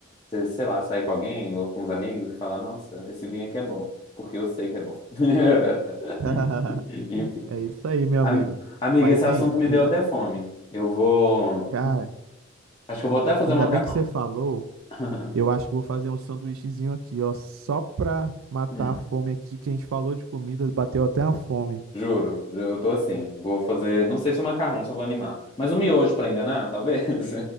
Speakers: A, on the left; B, on the right.
A: você, sei lá, sair com alguém ou com os amigos e falar, nossa, esse vinho aqui é bom, porque eu sei que é bom. <laughs>
B: <laughs>
A: Enfim.
B: É isso aí, meu
A: Am-
B: amigo.
A: Amiga,
B: Mas,
A: esse
B: hein,
A: assunto me
B: hein,
A: deu até
B: a-
A: fome. Eu vou.
B: cara,
A: Acho que eu vou até fazer
B: ainda
A: um macarrão.
B: bem que você falou.
A: <laughs>
B: Eu acho que vou fazer um sanduíchezinho aqui, ó, só pra matar
A: Hum,
B: a fome aqui, que a gente falou de comida, bateu até a fome.
A: Juro, eu tô assim. Vou fazer. Não sei se o macarrão, se eu vou animar. Mas um miojo pra enganar, talvez. <laughs>